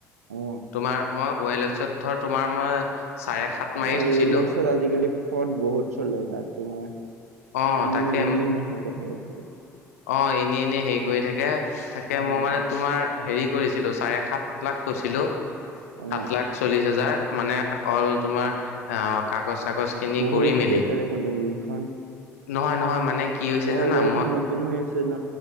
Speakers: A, on the right; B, on the left.
A: অ
B: তোমাৰ মই ৱলে লেক্সত ধৰ তোমাৰ মই চাৰে সাত মাৰি
A: এ ল'লে
B: থৈছিলো
A: লেক্সত আজিকালি ফ্ৰড বহুত চললে তাত তোমাৰ
B: অ
A: এনেই
B: তাকে
A: এনে মানুহে কথা পাত
B: অ এনে এনেই হেৰি কৰি থাকে তাকে
A: উম
B: মই মানে তোমাৰ হেৰি কৰিছিলো চাৰে সাত লাখ কৈছিলো
A: অ
B: সাত লাখ চল্লিশ হাজাৰ মানে অল তোমাৰ আহ কাগজ চাগজ খিনি
A: বহুত
B: কৰি মেলি
A: কৈছা দেখোন তুমি এইখন
B: নহয় নহয় মানে কি হৈছে
A: অ
B: জানা
A: গাড়ীখন
B: মই
A: নতুন হৈ আছে ন